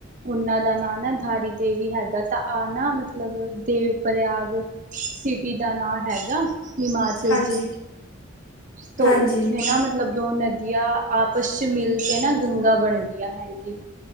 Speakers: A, on the right; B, on the left.
A: ਉਹਨਾਂ ਦਾ ਨਾਂ ਨਾ ਧਾਰੀ ਦੇਵੀ ਹੈਗਾ ਤਾ ਆ ਨਾ ਮਤਲਬ ਦੇਵ ਪ੍ਰਯਾਗ ਸਿਟੀ ਦਾ ਨਾਂ ਹੈਗਾ ਹਿਮਾ ਸਿਲਚੀ
B: ਹਾਂਜੀ,
A: ਤੋ
B: ਹਾਂਜੀ,
A: ਉਥੇ
B: ਹਾਂਜੀ,
A: ਨਾ ਮਤਲਬ ਦੋ ਨਦੀਆਂ ਆਪਸ ਚ ਮਿਲ ਕੇ ਨਾ ਗੰਗਾ ਬਣਦੀਆਂ ਹੈਗੀ।